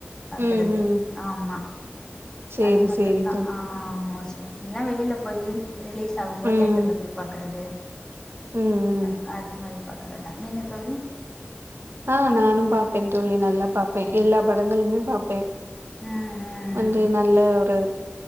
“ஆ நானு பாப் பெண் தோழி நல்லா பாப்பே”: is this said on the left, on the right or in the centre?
Right